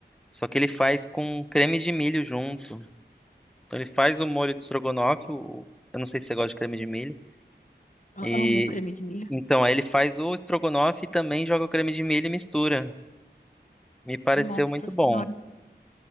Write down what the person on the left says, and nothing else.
A- Amo creme de milho.
Nossa
senhora.